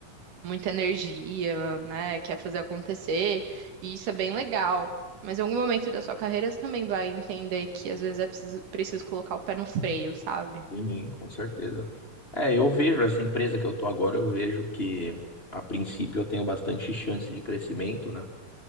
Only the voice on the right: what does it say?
muita energia, né? Quer fazer acontecer, e isso é bem legal. Mas em algum momento da sua carreira você também vai entender que às vezes é preciso, preciso colocar o pé no freio, sabe?